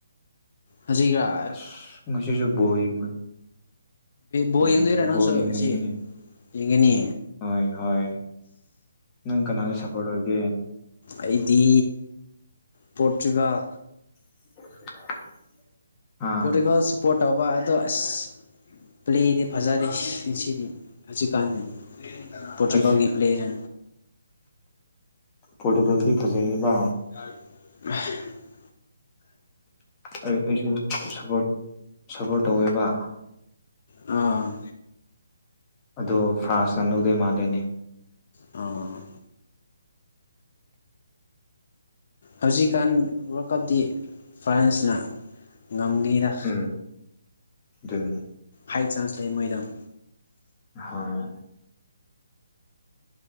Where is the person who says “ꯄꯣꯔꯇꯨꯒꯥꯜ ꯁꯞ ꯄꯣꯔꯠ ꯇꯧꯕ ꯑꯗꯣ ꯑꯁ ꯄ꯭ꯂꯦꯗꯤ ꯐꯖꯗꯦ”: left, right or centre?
Left